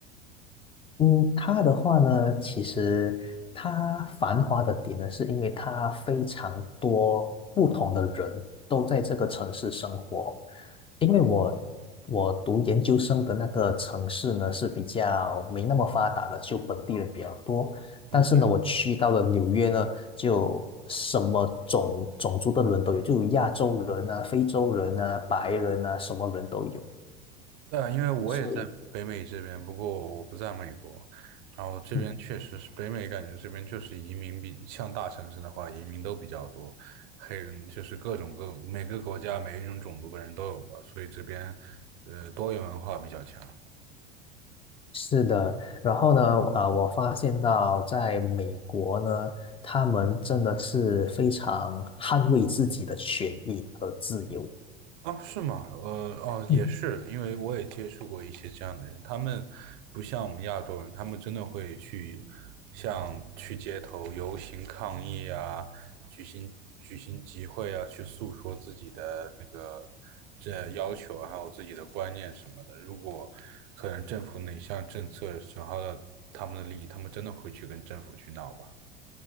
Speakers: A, on the left; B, on the right.
A: 嗯，它的话呢，其实它繁华的点呢，是因为它非常多不同的人都在这个城市生活。因为我我读研究生的那个城市呢是比较没那么发达的，就本地人比较多。
B: 嗯
A: 但是呢，我去到了纽约呢，就什么种种族的人都有，就有亚洲人啊、非洲人啊、白人啊，什么人都有，
B: 对啊，因为我也在北美这边，
A: 所以。
B: 不过我不在美国。然后这边确实是北美，
A: 嗯。
B: 感觉这边就是移民比像大城市的话，移民都比较多，黑人就是各种各每个国家每一种种族的人都有吧，所以这边呃多元文化比较强。
A: 是的，然后呢，呃，我发现到在美国呢，他们真的是非常捍卫自己的权益和自由。
B: 啊，是吗？呃，哦，
A: 嗯，
B: 也是，因为我也接触过一些这样的人，他们不像我们亚洲人，他们真的会去像去街头游行抗议啊，举行举行集会啊，去诉说自己的那个这要求啊还有自己的观念什么的。如果可能政府哪项政策损害了他们的利益，他们真的会去跟政府去闹吧。